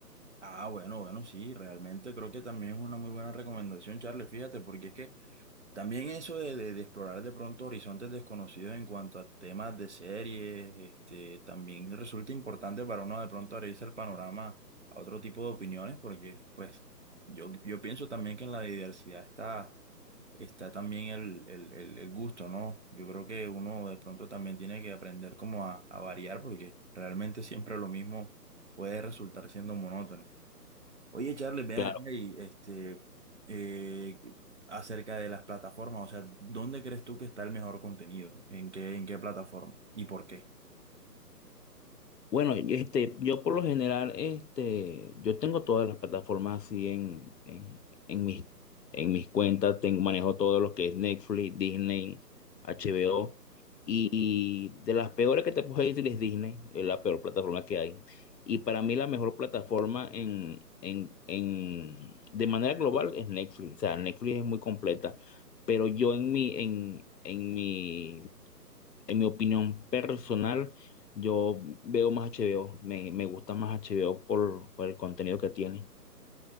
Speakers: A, on the right; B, on the left.
A: Ah, bueno, bueno, sí, realmente creo que también es una muy buena recomendación, Charles, fíjate, porque es que también eso de, de- de explorar de pronto horizontes desconocidos en cuanto a temas de series, este, también resulta importante para uno de pronto abrirse el panorama a otro tipo de opiniones, porque pues yo, yo pienso también que en la diversidad está está también el, el, el, el gusto, ¿no? Yo creo que uno de pronto también tiene que aprender como a, a variar porque realmente siempre lo mismo puede resultar siendo monótono. Oye, Charles, ven
B: Claro.
A: acá y este, eh, acerca de las plataformas, o sea, ¿dónde crees tú que está el mejor contenido? ¿En qué, en qué plataforma? ¿Y por qué?
B: Bueno, y este, yo por lo general, este, yo tengo todas las plataformas así en, en, en mis, en mis cuentas, tengo, manejo todo lo que es Netflix, Disney, HBO. Y de las peores que te puedo decir es Disney, es la peor plataforma que hay. Y para mí la mejor plataforma en, en, en, de manera global es Netflix. O sea, Netflix es muy completa. Pero yo en mi, en, en mi en mi opinión personal, yo veo más HBO, me, me gusta más HBO por, por el contenido que tiene.